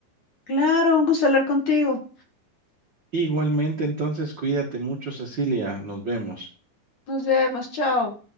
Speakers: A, on the left (about 50°); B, on the right (about 75°).
A: Claro, un gusto hablar contigo.
B: Igualmente, entonces, cuídate mucho, Cecilia, nos vemos.
A: Nos vemos, chao.